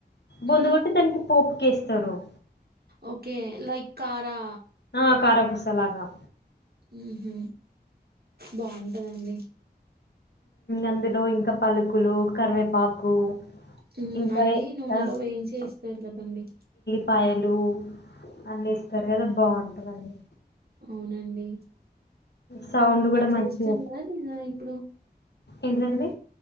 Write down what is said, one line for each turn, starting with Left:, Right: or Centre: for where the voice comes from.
Left: బందు
Right: మ్మ్
Left: ఒకటి దననికి పో కేస్తరువు
Right: ఓకే లైక్ కారా
Left: ఆ కారాకుస్ చలాగా
Right: ఉ హమ్ బాగుంటదండి
Left: అందులో ఇంకా పలుకులు కరివేపాకు
Right: ఉమ్
Left: ఇంకా
Right: అన్నీ నూనెలో
Left: ఆ
Right: వేయి చేస్తారు కధండి
Left: పయలు అన్ని ఇస్తారు కదా బాగుంటందండి
Right: అవునండి
Left: సౌండ్
Right: మరి
Left: కూడా
Right: చేస్తున్నారా
Left: మంచిగా
Right: నేద ఇప్పుడు
Left: ఎంటండి